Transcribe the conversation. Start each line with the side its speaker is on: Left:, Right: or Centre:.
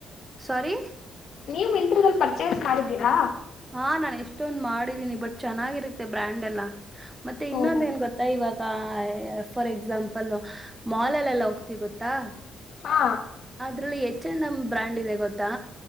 Right: ಸೋರಿ
Left: ನೀವು ಮೈಂತ್ರದಲ್ಲಿ ಪರ್ಚೇಸ್ ಮಾಡಿದ್ದೀರಾ
Right: ಹಾ ನಾನ್ ಎಷ್ಟೊಂದ್ ಮಾಡಿದೀನಿ ಬಟ್ ಚೆನ್ನಾಗಿರುತ್ತೆ ಬ್ರ್ಯಾಂಡ್ ಎಲ್ಲ ಮತ್ತೆ ಇನ್ನೊಂದ
Left: ಓ
Right: ಏನ್ ಗೊತ್ತಾ ಇವಾಗ ಫಾರ್ ಎಕ್ ಎಕ್ಸಾಮಂಪಲ್ ಮಾಲಲ್ಲೆಲ್ಲ ಹೋಗ್ತಿ ಗೊತ್ತಾ
Left: ಹಾ
Right: ಅದರಲ್ಲಿ ಎಷ್ಟ ನಮ್ ಬ್ರಾಂಡ್ ಇದೆ ಗೊತ್ತಾ